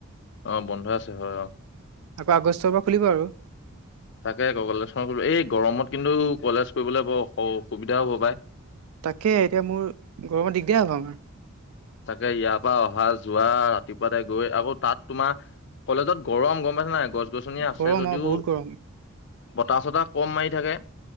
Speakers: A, on the left; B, on the right.
A: অ, বন্ধই আছে হয় অঁ।
B: আকৌ আগষ্টৰ পৰা খুলিব আৰু।
A: তাকে কবলে চো এই গৰমত কিন্তু কলেজ কৰিবলৈ বৰ অসুবিধাও হ'ব পায়।
B: তাকে এতিয়া মোৰ গৰমত দিগদাৰ হব আমাৰ।
A: তাকে ইয়াৰ পৰা অহা যোৱা ৰাতিপুৱাতে গৈ আকৌ তাত তোমাৰ কলেজত গৰম গম পাইছ নাই? গছ গছনি আছে
B: গৰম
A: যদিও
B: আৰু বহুত গৰম
A: বতাহ, চতা কম মাৰি থাকে।